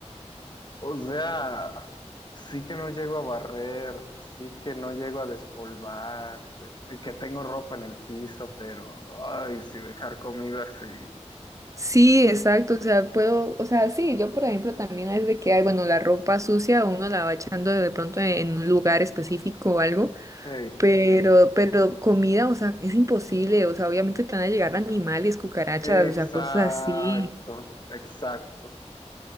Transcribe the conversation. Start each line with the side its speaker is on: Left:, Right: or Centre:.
Left: o sea, sí que no llego a barrer, sí que no llego a despolvar, eh, que tengo ropa en el piso, pero, ay, sí, dejar comida así.
Right: Sí, exacto, o sea, puedo, o sea, sí, yo por ejemplo también es de que hay, bueno, la ropa sucia uno la va echando de pronto en, en un lugar específico o algo,
Left: Ey,
Right: pero,
Left: sí.
Right: pero comida, o sea, es imposible, o sea, obviamente te van a llegar animales, cucarachas,
Left: Exacto,
Right: o sea, cosas así,
Left: exacto.